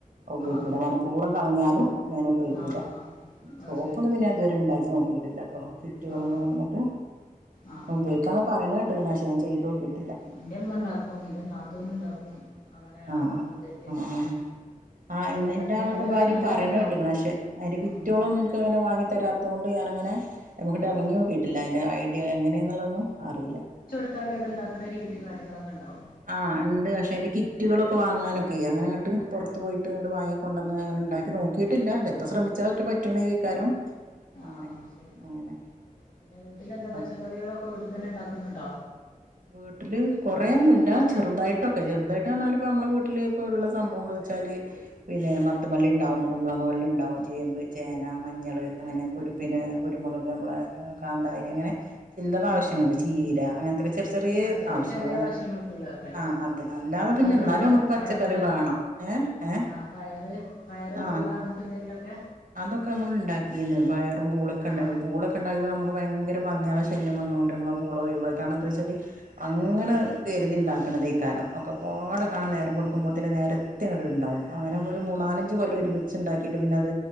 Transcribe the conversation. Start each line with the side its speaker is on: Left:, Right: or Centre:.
Right: പയോഗിക്കൂല
Left: ആഹ്
Right: മനപ്പൂർവം കളഞ്ഞാലും ഞനുപയോഗിക്കൂല
Left: ആഹ് ആഹ്
Right: സോപ്പെക്കെ
Left: അത് ശരി
Right: പിന്നെ ഞാ ഇത് വരെ ഇണ്ടാക്കി നോക്കിയിട്ടില്ലട്ടോ കിറ്റുകളൊന്നും
Left: ആഹ്
Right: കൊണ്ടന്നിട്ട്
Left: ആഹ്
Right: ഉപയോഗിക്കാന്ന് പറയിന്ന കേട്ടേക്കിണ് പക്ഷെ ഞാ ചെയ്തോകീട്ടില്ല.
Left: ൻ്റെ മ്മ ണ്ടാക്കും ന്റെ നാത്തൂന് ണ്ടാക്കും അങ്ങനെ
Right: ആഹ്
Left: <unintelligible>
Right: ആഹ് ആഹ് ആഹ്
Left: സോപ്പ്
Right: ഇന്നന്റാങ്ങൾന്റെ
Left: ഉണ്ടാക്കി നല്ല
Right: ഭാര്യം
Left: നല്ല
Right: പറയിന്നേ
Left: ഇതുണ്ടാവും
Right: കേട്ടേക്കിണ് പക്ഷെ അയിന്റെ <unintelligible>
Left: ഉം
Right: ക്കങ്ങനെ വാങ്ങി തരാത്തേണ്ട് ഞാനങ്ങനെ അയ്മക്ക് ട്ടെർങ്ങിയോകീട്ടില്ല.
Left: ആഹ്
Right: അയിൻ്റെ ഐഡിയ എങ്ങനെന്നുള്ളൊന്നും. അറീല്ല.
Left: ത്താലും അത്ണ്ടാക്ക്ണ രീതിം കാരൃങ്ങളൊക്കെണ്ടാവും.
Right: ആഹ് ണ്ട് പഷെ അയിന്റെ കിറ്റുകളൊക്കെ വാങ്ങാനൊക്കെ അങ്ങനെ ഇങ്ങട്ട് പെർത്ത്
Left: ആഹ്
Right: പോയിട്ട് അത് വാങ്ങിക്കൊണ്ടെന്ന്.. ണ്ടാക്കി നോക്കീട്ടില്ല, ചെൽപ്പോ ശ്രമിച്ചാ <unintelligible>
Left: ആഹ്
Right: അങ്ങനെ
Left: അത് ശെരി
Right: അങ്ങനെ
Left: പിന്നെ, വീട്ടിലെന്താ?
Right: അപ്പൊ
Left: പച്ചക്കറികളൊക്കെ. വീട്ട് തന്നെ, ഇണ്ടാക്കുന്നുണ്ടോ?
Right: വീട്ടില് കെറെയൊന്നുല്ല ചെറുതായിട്ടൊക്കെ, ചെറുതായിട്ട് പറഞ്ഞാല് ഇപ്പോൾ നമ്മളെ വീട്ടില് ഇപ്പ ള്ള സംഭവം വെച്ചാല് പിന്നെ, മത്ത് വള്ളി ഇണ്ടാവും. കുമ്പ്ളങ്ങ വള്ളി ഇണ്ടാവും. ചേമ്പ്, ചേന, മഞ്ഞള്, അങ്ങനെ കുരുപ്പിന് കുരുമുളക് നമ്മളെ കാന്താരി അങ്ങനെ ചില്ലറ ആവശ്യങ്ങൾക്ക്
Left: ആഹ്
Right: ചീര അങ്ങനത്തൊക്കെ ചെറിയ
Left: ആഹ് ചെറിയ
Right: ആവശ്യങ്ങള്
Left: ചെറിയ ആവശ്യങ്ങൾക്ക് ള്ള തെക്കെല്ലെ
Right: ആഹ് അതെ അല്ലാതെ
Left: പയറുണ്ടോ?
Right: പിന്നെ എന്നാലും നമുക്ക്
Left: പയറുണ്ടാക്കലുണ്ടോ?
Right: പച്ചക്കറി വേണം ഏഹ് ഏഹ്
Left: ആഹ് പയറ്, പയറ്, പൂള,
Right: ആഹ്
Left: അങ്ങനത്തെ എന്തെങ്കിലൊക്കെ.
Right: അതൊക്കെ നമ്മള് ണ്ടാക്കീന്ന് പയറും പൂളക്കെണ്ടാകി
Left: ആഹ്
Right: പൂളക് ക്കെണ്ടാക്കുമ്പേൾ നമുക്ക് ഭയങ്കര പന്നൃളെ ശല്യം വന്നേണ്ട്. നമ്മളാ പുള ഒഴിവാ കാരണന്താച്ചാല് അങ്ങെനാ.
Left: ആഹ്
Right: തെരുതി ണ്ടാക്ക്ണെയ്കാരം ഒക്കപാടെ
Left: ആഹ്
Right: കാണാം
Left: ആഹ്
Right: നേരം വെളുക്കുമ്പേത്തിന് നെരത്തി ങ്ങണ്ട് ണ്ടാവും. അങ്ങെനാവുബേ മൂന്നാലഞ്ച്
Left: ആഹ്
Right: കൊല്ലം ഒരുമിച്ച് ണ്ടാക്കീട്ട് പിന്നത്